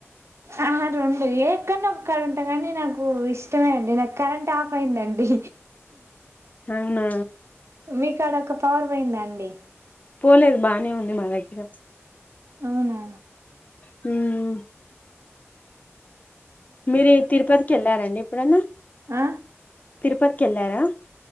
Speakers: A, on the right (about 70°); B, on the left (about 35°).
A: ఆహా రాబోయే క్కని నాక్ కరెంట్ కానీ నాకు ఇష్టమే అండి నాకు కరెంట్ ఆఫ్ అయిందండి
B: అవున
A: మీ కాడ ఒక పవర్ పోయిందా అండి
B: పోలేదు బానే ఉంది మా దగ్గర
A: అవునా
B: హుమ్ మీరి తిరుపతికి వెళ్ళారండి అప్పుడెనా
A: అ
B: తిర్పతికి వెళ్ళారా